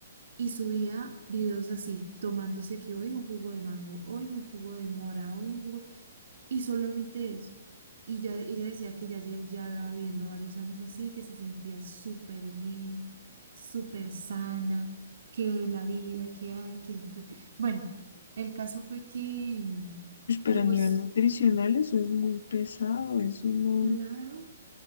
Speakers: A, on the right; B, on the left.
A: y subía videos así, tomándose que hoy un jugo de mango, hoy un jugo de mora, hoy un jugo. Y solamente eso. Y ya, ella decía que ya lle- llevaba viviendo varios años así, que se sentía súper bien, súper sana, que la vida que hay, que... pues, Bueno, el caso fue que,
B: pues, pero
A: que pues,
B: a nivel nutricional eso es muy pesado. Eso no.
A: claro,